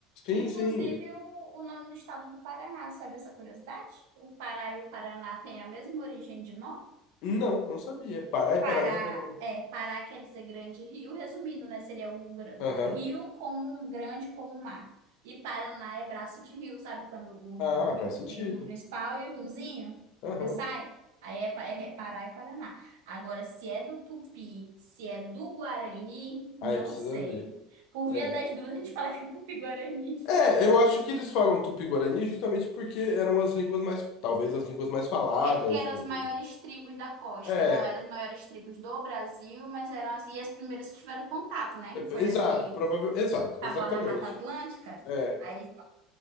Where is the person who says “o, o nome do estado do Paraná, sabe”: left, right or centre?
Right